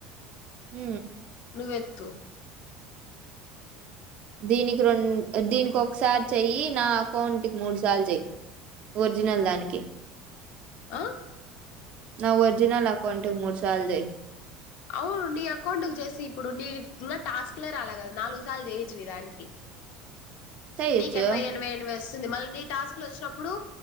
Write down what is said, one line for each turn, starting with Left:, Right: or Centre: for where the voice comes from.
Right: ఉ
Left: వెెత్తు
Right: దీనికి రెం దీనికి ఒకసారి చెయ్యి నా అకౌంట్కి మూడు సార్లు చెయ్యి ఒరిజినల్ దానికి
Left: ఆ
Right: నా ఒర్జినల్ అకౌంట్ కి మూడు సార్లు చెయ్యి
Left: అవును నీ అకౌంట్ కి చేసి ఇప్పుడు నీ ఇంకా టాస్క్లే రాలే కదా నాలుగు సార్లు చేయిచ్చు ని దానికి
Right: చెయ్యొచ్చు
Left: నీకి ఎభై ఎన్వై ఎన్వై మళ్ళీ నీ టాస్క్ లో వచ్చినప్పుడు